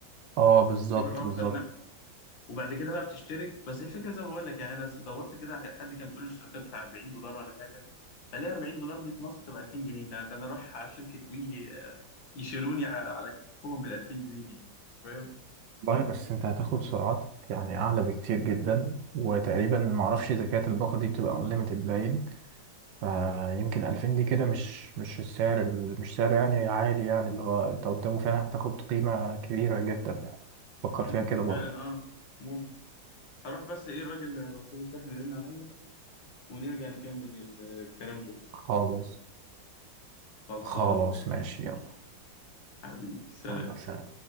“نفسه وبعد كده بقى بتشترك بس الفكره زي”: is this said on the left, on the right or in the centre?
Left